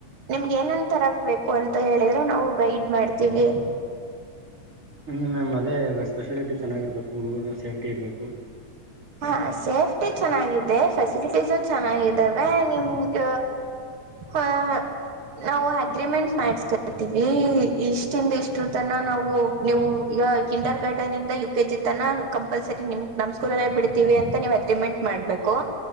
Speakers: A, on the right (about 45°); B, on the right (about 25°).
A: ನಿಮ್ಗೆ ಏನನ್ ತರ ಬು ಅಂತ ಹೇಳಿದ್ರೆ ನಾವು ಗೈಡ್ ಮಾಡ್ತೀವಿ
B: <unintelligible> ಹ್ಞೂ ಮ್ಯಾಮ್ ಅದೇ ಇವಾಗ ಸ್ಪೆಷಾಲಿಟಿ ಚೆನ್ನಾಗಿರಬೇಕು ಹುಡುಗರು ಜ ಸೇಫ್ಟಿ ಇರಬೇಕು
A: ಹಾ ಸೇಫ್ಟಿ ಚೆನ್ನಾಗಿದೆ ಫೆಸಿಲಿಟೀಸ ಚೆನ್ನಾಗಿದ್ದಾವೆ ನಿಮ್ಗ ಹಾ ನಾವು ಅಗ್ರಿಮೆಂಟ್ ಮಾಡಸ್ಕತೀವಿ ಇಷ್ಟಿಂದ ಇಷ್ಟರು ತನ ನಾವು ನೀವು ಈಗ ಕಿಂಡರ್ ಗಾರ್ಡನ್ ಇಂದ ಯು ಕೆ ಜಿ ತನ ಕಂಪಲ್ಸರಿ ನಿಮ್ ನಮ್ಮ್ ಸ್ಕೂಲ್ ಬಿ ಅಂತ ನೀವು್ ಅಕಮೆಂಟ್ ಮಾಡ್ಬೇಕು